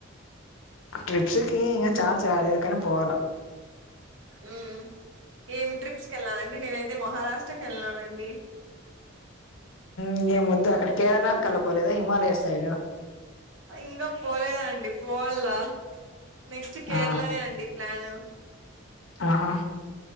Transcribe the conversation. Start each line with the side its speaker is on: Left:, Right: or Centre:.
Left: ట్రిప్స్కి ఇంగ ఛాన్స్ రాలేదు పోవాల.
Right: ఉమ్ ఉ ఏం ట్రిప్స్కి వెళ్లాండి నేనైతే మహారాష్ట్రకి ఏళ్ళానండి.
Left: ఇంకేం వద్దు అక్కడ కేదార్నాథ్ కళ్ళపోలేదా హిమాలయ సైడ్
Right: ఇంకా పోలేదండి పోవాల నెక్స్ట్ కేరళనే
Left: ఆ
Right: అండి ప్లాన్
Left: ఆహా!